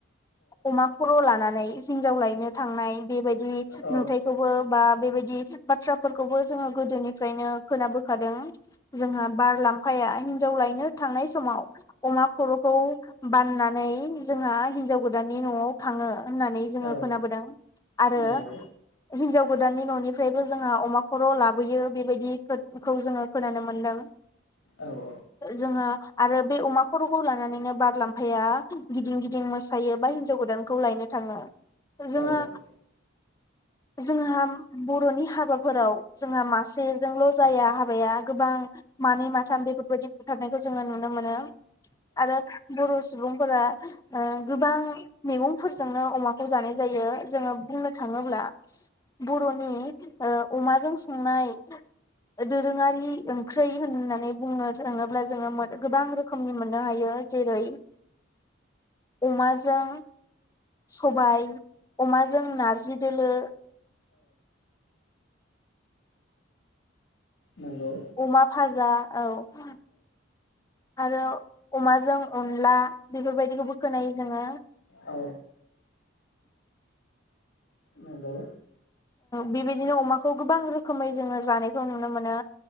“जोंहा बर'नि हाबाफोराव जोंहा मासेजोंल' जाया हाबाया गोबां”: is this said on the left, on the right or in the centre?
Left